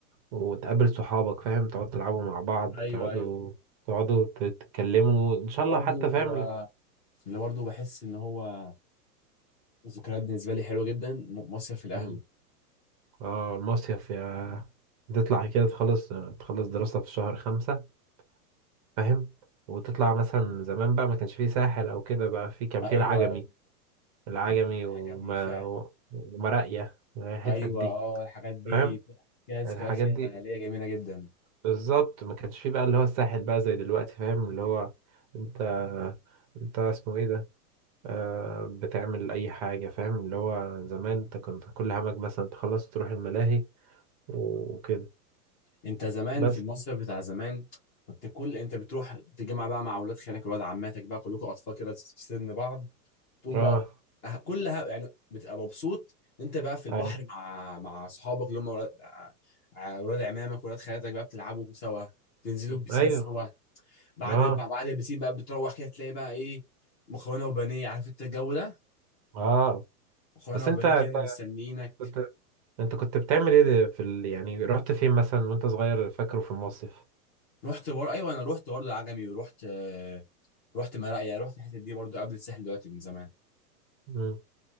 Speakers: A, on the right; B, on the left.
A: وتقابل صحابك فاهم تقعدوا تلعبوا مع بعض
B: ايوه
A: تقعدوا
B: ايوه
A: تقعدوا ت- تتكلموا
B: اللي
A: ان شاء
B: برضه
A: الله حتى فاهم ل-
B: اللي برضه بحس ان هو ذكريات بالنسبه لي حلوه جدا م- مصيف الاهل
A: مم. اه المصيف يا تطلع كده تخلص تخلص دراسة في شهر خمسة فاهم وتطلع مثلا زمان بقى ما كانش فيه ساحل او كده بقى في كان
B: ايوه
A: فيه العجمي
B: ايوه
A: العجمي
B: حاجه
A: وما
B: جميله فعلا
A: ومراقية الحتت
B: ايوه
A: دي
B: اه الحاجات دي
A: فاهم
B: فيها ذكريات
A: الحاجات
B: ليها
A: دي
B: ليا جميله جدا
A: بالظبط ما كانش فيه بقى اللي هو الساحل بقى زي دلوقتي فاهم اللي هو انت انت اسمه ايه ده آه بتعمل اي حاجة فاهم اللي هو زمان انت كنت كل همك مثلا تخلص تروح الملاهي وكده
B: انت زمان
A: بس
B: في المصيف بتاع زمان كنت كل انت بتروح تجمع بقى مع اولاد خالك ولاد عماتك بقى كلكم اطفال كده في سن بعض تقوم
A: اه
B: بقى أه- كلها يعني بتبقى مبسوط انت بقى في البحر
A: ايوه
B: مع مع صحابك اللي هم ولاد ع- ولاد عمامك ولاد خالاتك بقى بتلعبوا سوا تنزلوا البسين
A: ايوه
B: سوا بعد
A: اه
B: بعد البسين بقى بتروح كده تلاقي بقى ايه مكرونه وبانيه عارف انت الجو ده
A: اه
B: مكرونه
A: بس
B: وبانيه
A: انت انت
B: كده مستنيينك
A: كنت انت كنت بتعمل ايه في ال... يعني رحت فين مثلا وانت صغير فاكره في المصيف
B: رحت بر... ايوه انا رحت برضه العجمي ورحت آه، رحت مراقيا رحت الحتت دي برضه قبل الساحل دلوقتي من زمان
A: مم.